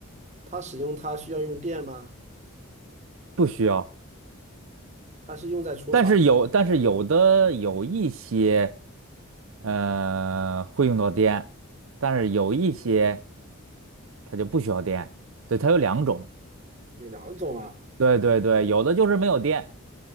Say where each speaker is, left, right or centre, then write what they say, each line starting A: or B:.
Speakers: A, on the right; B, on the right.
A: 它使用它需要用电吗？
B: 不需要。
A: 它是用在厨房吗？
B: 但是有，但是有的有一些，
A: 嗯，
B: 呃，会用到电，但是有一些它就不需要电。对，它有两种。
A: 有两种啊，
B: 对对对，有的就是没有电。